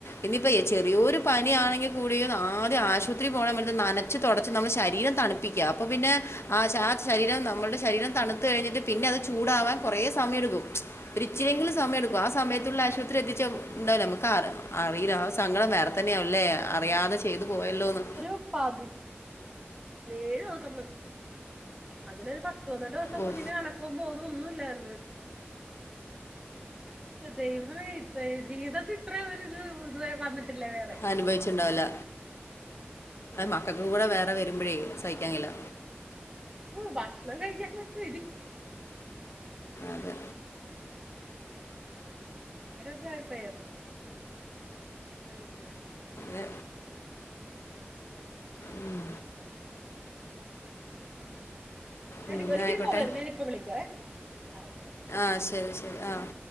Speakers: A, on the left; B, on the right.
A: ഇനിയിപ്പോ ചെറിയൊരു പണിയണെങ്കി കൂടി ആദ്യം ആശുപത്രിൽ പോകണ സമയത്ത്, നനച്ചു തുടച്ച് നമ്മുടെ ശരീരം തണുപ്പി പ്പിക്കുക, പിന്നെ ആ ആ ശരീരം നമ്മുടെ ശരിരം തണു കഴിഞ്ഞിട്ട് പിന്നെ അത് ചൂടാവാൻ കുറെ സമയടുക്കും, ഒരിച്ചിരിങ്കിലും
B: ഉം
A: സമയെടുക്കും. ആ സമയത്തുള്ള ആശുപത്രി അത്ര എത്തിച്ച ഉണ്ടാവില്ല നമുക്ക് അറിയില്ല ആ സങ്കടം വേറെതെന്നെ തന്നെയ ആവല്ലേ? അറിയാതെ ചെയ്തു പോയല്ലോന്ന്.
B: ഉപ്പാദി ഏഴ് ദിവസംന്ന്, അതിനൊരു പത്ത് പന്ത്രണ്ട് ദിവസം
A: ഓ
B: കുഞ്ഞിന് അന ഇപ്പ പോതും ഒന്നുല്ലായിരുന്നു. ദൈവമേ, ജീവിതത്തി ഇത്ര ഒര് ഇത് ഇതുവരെ വന്നിട്ടില്ല വേറെ
A: അനുഭവിച്ചിണ്ടാവില്ല. മക്കൾക്ക് കൂടെ വേറെ വരുമ്പോഴേ സഹിക്കാൻ കഴിയില്ല.
B: ഹു ഭക്ഷണം കഴിക്കാൻ പറ്റ
A: അത്
B: ഇ <unintelligible> അങ്ങനെ.
A: ഏ, ഉം ഉം,
B: ടി
A: എന്നാ
B: ഒരിക്കരു
A: ആയിക്കോട്ടെ
B: കോൾ വരുന്നു ഞാനിപ്പ വിളിക്കേവെ ഓ ഓക്ക ശരി
A: അ ശരി ആഹ്